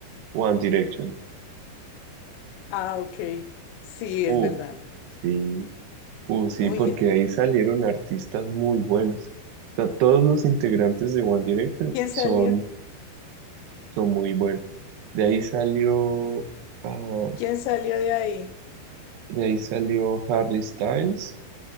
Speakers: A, on the right (about 75°); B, on the left (about 85°).
A: One Direction.
B: Ah, ok. Sí,
A: Uh,
B: es verdad.
A: sí, uh, sí,
B: Uy,
A: porque ahí salieron artistas muy buenos. O sea, todos los integrantes de One Direction
B: ¿quién salió?
A: son, son muy buenos. De ahí salió, ah,
B: ¿Quién salió de ahí?
A: de ahí salió Harry Styles,